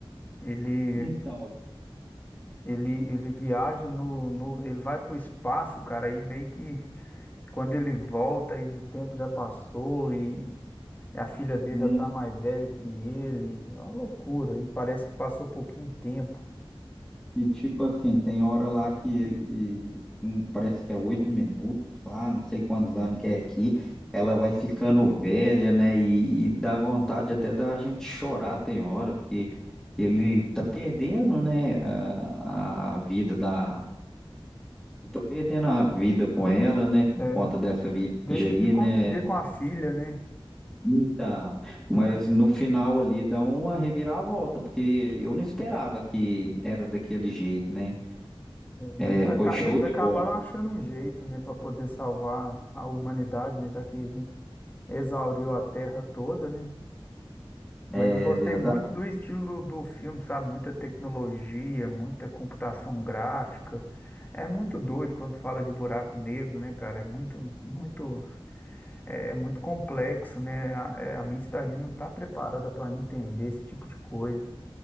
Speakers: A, on the left; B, in the centre.
A: Ele,
B: Então,
A: ele, ele viaja no, no, ele vai pro espaço, cara, e meio que quando ele volta aí o tempo já passou e a filha dele
B: hum,
A: já tá mais velha que ele, é uma loucura, e parece que passou pouquinho tempo.
B: e tipo assim, tem hora lá que ele, e, um, parece que é oito minutos lá, não sei quantos anos que é aqui. Ela vai ficando velha, né? E, e dá vontade até da gente chorar, tem hora, porque ele tá perdendo, né, a, a vida da, Eu tô perdendo a vida com ela, né? Por
A: É.
B: conta dessa viagem
A: Deixa
B: aí,
A: de conviver
B: né?
A: com a filha, né?
B: Então, mas no final ali dá uma reviravolta, porque eu não esperava que era daquele jeito, né?
A: É, Mas
B: É,
A: aca-
B: foi show
A: eles
B: de
A: acabaram
B: bola.
A: achando um jeito, né, para poder salvar a humanidade, né, já que a gente exauriu a Terra toda, né? Mas
B: É
A: eu gostei
B: verdade.
A: muito do estilo do filme, sabe? Muita tecnologia, muita computação gráfica. É muito doido quando fala de buraco negro, né, cara? É muito, muito, é, é muito complexo, né? A, é, a mente da gente não está preparada para entender esse tipo de coisa.